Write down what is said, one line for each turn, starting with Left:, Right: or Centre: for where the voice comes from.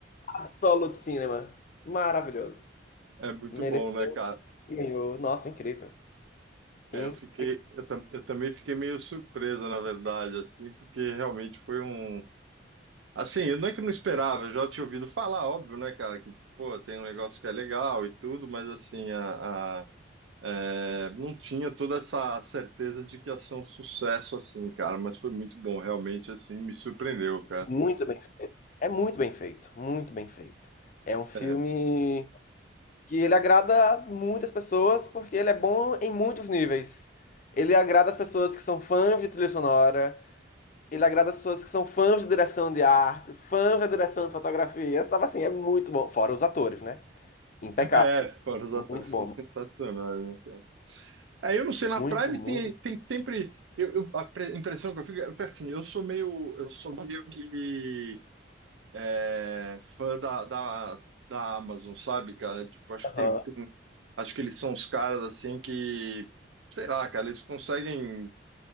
Left: absolute cinema, maravilhoso.
Right: é muito
Left: Mereceu,
Right: bom, né, cara?
Left: ganhou. Nossa, incrível.
Right: É,
Left: Incrível.
Right: eu fiquei, eu, tam- eu também fiquei meio surpresa, na verdade, assim, porque realmente foi um. Assim, eu não é que eu não esperava, eu já tinha ouvido falar, óbvio, né, cara, que, pô, tem um negócio que é legal e tudo, mas assim, a, a- é, não tinha toda essa certeza de que ia ser um sucesso, assim, cara, mas foi muito bom, realmente, assim, me surpreendeu, cara.
Left: Muito bem feito. É muito bem feito, muito bem feito. É um filme
Right: É,
Left: que ele agrada muitas pessoas porque ele é bom em muitos níveis. Ele agrada as pessoas que são fãs de trilha sonora, Ele agrada as pessoas que são fãs de direção de arte, fãs da direção de fotografia, sabe assim, é muito bom. Fora os atores, né? Impecável.
Right: é, fora os atores
Left: Muito
Right: que
Left: bom.
Right: são sensacionais, né? Aí eu não sei, na
Left: Muito,
Right: Prime
Left: muito
Right: tem,
Left: bom.
Right: tem sempre. Eu, eu- a pre- impressão que eu fico é que, assim, eu sou meio, eu sou meio que é, fã da, da, da Amazon, sabe, cara? Tipo, acho que
Left: Aham,
Right: tem, tem- acho que eles são os caras assim que, sei lá, cara, eles conseguem